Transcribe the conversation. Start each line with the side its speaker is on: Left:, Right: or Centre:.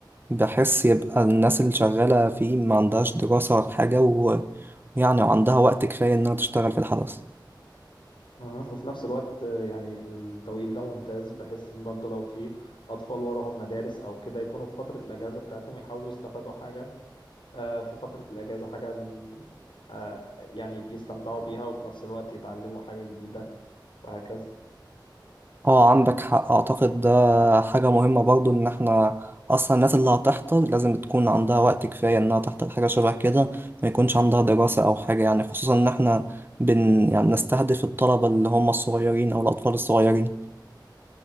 Right: بحيث يبقى الناس اللي شغالة فيه ما عندهاش دراسة ولا حاجة و- ويعني عندها وقت كفاية انها تشتغل في الحدث
Left: مم. وفي نفس الوقت آه، يعني التوقيت ده ممتاز بحيث إن برضو لو في أطفال وراهم مدارس أو كده يكونوا في فترة الأجازة بتاعتهم يحاولوا يستفادوا حاجة آه، في فترة الأجازة حاجة من آه، يعني بيستمتعوا بيها وفي نفس الوقت يتعلموا حاجة جديدة وهكذا
Right: اه عندك حق اعتقد ده حاجة مهمة برضو ان احنا اصلا الناس اللي هتحضر لازم تكون عندها وقت كفاية انها تحضر حاجة شبه كده ما يكونش عندها دراسة او حاجة يعني خصوصا ان احنا بن يعني نستهدف الطلبة اللي هم الصغيرين او الاطفال الصغيرين